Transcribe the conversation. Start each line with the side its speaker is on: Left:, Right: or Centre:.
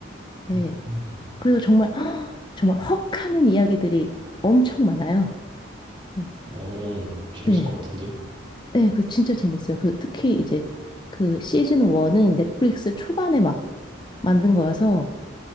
Left: 네.
Right: 음,
Left: 그래서 정말 <gasps> 정말 헉 하는 이야기들이 엄청 많아요. 어,
Right: 어, 재밌을
Left: 네.
Right: 것 같은데요?
Left: 네, 그 진짜 재밌어요. 그 특히 이제 그 시즌 1은 넷플릭스 초반에 막 만든 거여서